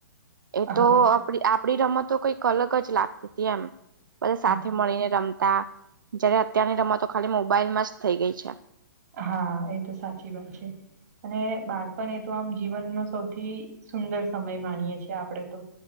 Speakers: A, on the right; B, on the right.
A: એતો
B: હા
A: આપણી રમતતો કઈક અલગ જ લાગતી હતી એમ, બધા સાથે
B: હા
A: મળીને રમતા. જયારે અત્યારની રમતો ખાલી મોબાઈલમાં જ થઇ ગઈ છે.
B: હા, એ તો સાચી વાત છે. અને બાળપણ એ તો આમ જીવનનો સૌથી સુંદર સમય માનીએે છેએ આપણેે તો.